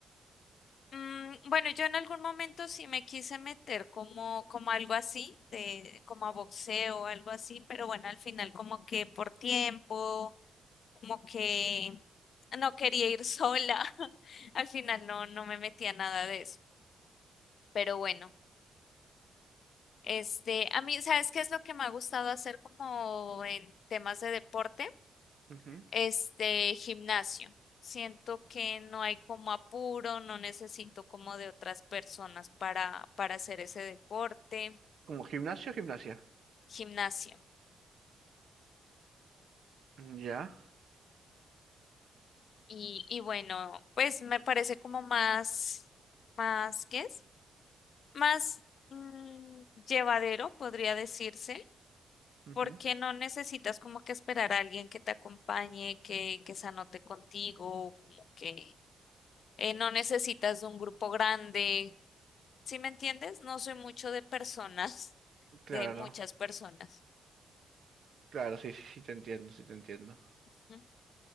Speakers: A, on the left (about 60°); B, on the right (about 60°).
A: Mm, bueno, yo en algún momento sí me quise meter como, como algo así, de, como a boxeo, algo así, pero bueno, al final como que por tiempo, como que no quería ir sola, <laughs> al final no, no me metía nada de eso. Pero bueno, este, a mí, ¿sabes qué es lo que me ha gustado hacer como en temas de deporte?
B: Ujú.
A: este gimnasio. Siento que no hay como apuro, no necesito como de otras personas para, para hacer ese deporte,
B: Como gimnasio, gimnasia.
A: gimnasio.
B: Mm, Ya.
A: Y, y bueno, pues me parece como más, más, ¿qué es? Más mm, llevadero, podría decirse,
B: Ujú.
A: porque no necesitas como que esperar a alguien que te acompañe, que, que se anote contigo, como que eh, no necesitas de un grupo grande ¿Sí me entiendes? No soy mucho de personas, <laughs>
B: Claro,
A: de muchas personas.
B: claro, sí, sí, sí, te entiendo, sí, te entiendo.
A: ¿Mm?